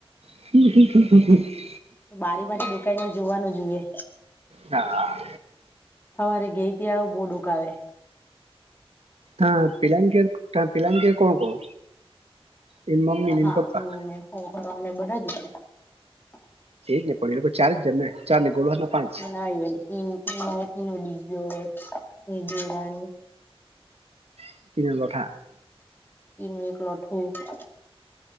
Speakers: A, on the right; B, on the left.
A: <inaudible>
B: બારીમાંથી દુકાઈને જોવાનું જોઈએ
A: હા
B: સવારે ગઈ થી આવ બહુ <unintelligible> આવે
A: હા પેલાન ઘેર પલાની ઘેર કોણ કોણ એનું મમ્મી ને
B: હા
A: પપ્પા
B: <unintelligible>
A: એજ ને પણ એ ચાર જ ને ચાર ને ગોલહ ના પાંચ
B: <unintelligible> <unintelligible>
A: <unintelligible>
B: એક લોઢું <unintelligible>